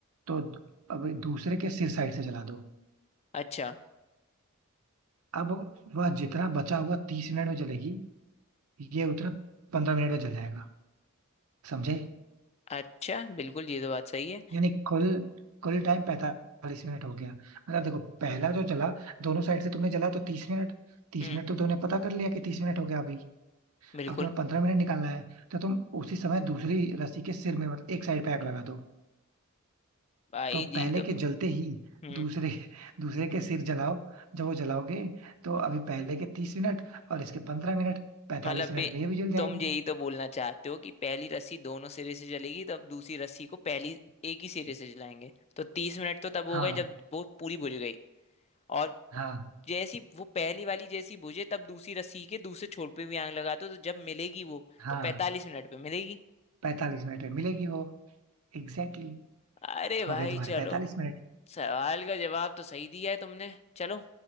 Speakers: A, on the right (about 80°); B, on the left (about 30°).
A: तो अब दूसरे के सिर साइड से जला दो
B: अच्छा
A: अब वह जितना बचा हुआ तीस मिनट में जलेगी ये उतना पंद्रह मिनट में जल जाएगा समझे
B: अच्छा बिल्कुल ये तो बात सही है
A: यानी कुल कुल टाइम पैंतालीस मिनट हो गया मतलब देखो पहला जो जला दोनों साइड से तुमने जला तो तीस मिनट तीस
B: हम्म
A: मिनट तो तुमने पता कर लिया कि तीस मिनट हो गया अभी
B: बिल्कुल
A: अब तुम्हें पंद्रह मिनट निकालना है तो तुम उसी समय दूसरी रस्सी के सिर में मतलब एक साइड पे आग लगा दो
B: भाई
A: तो
B: ये
A: पहले
B: तो
A: के जलते ही
B: हम्म
A: दूसरे दूसरे के सिर जलाओ जब वो जलाओगे तो अभी पहले के तीस मिनट और इसके पंद्रह मिनट पैंतालीस
B: मतलब
A: मिनट
B: बे
A: में ये भी जल जाएगी
B: तुम यही तो बोलना चाहते हो कि पहली रस्सी दोनों सिरे से चलेगी तब दूसरी रस्सी को पहली एक ही सिरे से चलाएंगे तो तीस मिनट तो तब
A: हाँ
B: हो गए जब वो पूरी बुझ गई और
A: हाँ
B: जैसी वो पहली वाली जैसी बुझे तब दूसरी रस्सी के दूसरे छोर पे भी आग लगा दो तो जब मिलेगी वो
A: हाँ
B: तो 45 मिनट पे मिलेगी
A: पैंतालीस मिनट में मिलेगी वो Exactly exactly.
B: अरे भाई
A: हो गए तुम्हारे
B: चलो
A: पैंतालीस मिनट
B: सवाल का जवाब तो सही दिया है तुमने चलो